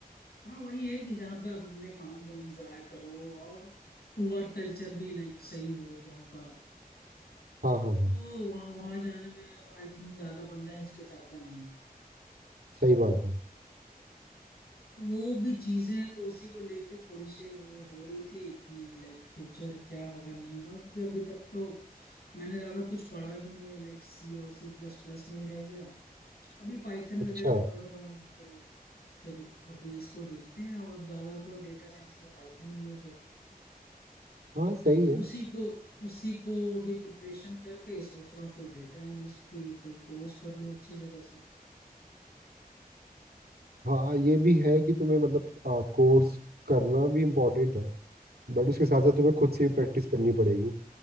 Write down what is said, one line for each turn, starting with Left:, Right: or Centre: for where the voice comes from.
Left: हाँ वही है कि जहाँ पे आप अपने काम को एंजॉय करो और वर्क कल्चर भी लाइक सही हो जहाँ का
Right: हाँ हाँ हाँ
Left: तो वहाँ वहाँ जाने में आई थिंक ज्यादा बंदा हिचकिचाता नहीं है
Right: सही बात है
Left: तो वो भी चीजें हैं तो उसी को लेके थोड़ी सी वो हो रही थी कि लाइक फ्यूचर क्या होगा नहीं होगा क्योंकि अभी तक तो मैंने ज्यादा कुछ पढ़ा भी नहीं है लाइक सी और सी प्लस प्लस में ही रह गया अभी पाइथन
Right: अच्छा
Left: वगैरह पढ़ रहा हूँ तो फिर अभी इसको देखते हैं और ज्यादा तो डेटा साइंस में पाइथन ही यूज होता है
Right: हाँ सही
Left: तो
Right: है
Left: उसी को उसी को अभी प्रिपरेशन करके सोच रहा हूँ फिर डेटा एनालिस्ट की कोई कोर्स कर लूँ अच्छी जगह से
Right: हाँ हाँ, ये भी है कि तुम्हें मतलब आ, कोर्स करना भी इम्पोर्टेंट है बट उसके साथ साथ तुम्हें
Left: हाँ
Right: खुद से भी प्रैक्टिस करनी पड़ेगी